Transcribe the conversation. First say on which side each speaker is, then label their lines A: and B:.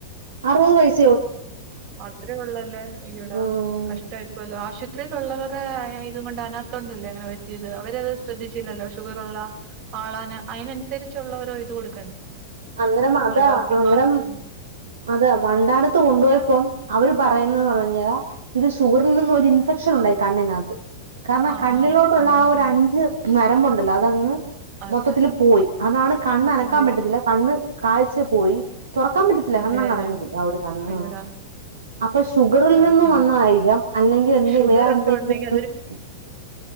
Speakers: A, on the right (about 80°); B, on the right (about 50°).
A: അറുപത് വയസ്സ്
B: അത്രേ ഉള്ളല്ലേ അയ്യോടാ
A: ഉം
B: കഷ്ടമായിപ്പോല്ലോ ആശുപത്രിൽ ഉള്ളത അത്ര ഇത് കൊണ്ട് അനാസ്ഥ ഉണ്ടല്ലേ അങ്ങനെ പറ്റിയത് അവരത് ശ്രദ്ധിച്ചില്ലല്ലോ ഷുഗറുള്ള ആളാണ് അതിനനുസരിച്ചുള്ളരോ ഇത് കൊടുക്ക
A: അന്നേരം അതാ
B: ഡോക്ടർമാർക്കും
A: അന്നേരം അതാ വണ്ടാനത്ത് കൊണ്ടുപോയപ്പം അവര് പറയുന്നതന്ന് പറഞ്ഞ് കഴിഞ്ഞാ ഇത് ഷുഗറിൽ നിന്നൊരു ഇൻഫെക്ഷൻ ഉണ്ടായി കണ്ണിനകത്ത് കാരണം
B: ആ
A: കണ്ണിലോട്ടുള്ള
B: ആ അങ്ങനെ
A: ആ ഒരു അഞ്ച് നരമ്പുണ്ടല്ലോ അതങ്ങ്
B: അത്
A: മൊത്തത്തിൽ പോയി അതാണ് കണ്ണനക്കാൻ
B: ഇത്
A: പറ്റത്തില്ല കണ്ണ് കാഴ്ച പോയി തൊറക്കാൻ പറ്റത്തില്ല
B: അതെല്ലേ
A: കണ്ണങ്ങ് അടഞ്ഞു പോയി ആ ഒരു കണ്ണ്
B: അയ്യോടാ
A: അപ്പൊ ഷുഗറിൽ
B: ആ
A: നിന്നും
B: ആ
A: വന്നതായിരിക്കാം അല്ലെങ്കിൽ എന്തെ
B: ഷുഗറൊക്കെ
A: വേറെ എന്തെങ്കി
B: ഉണ്ടെങ്കി
A: <unintelligible>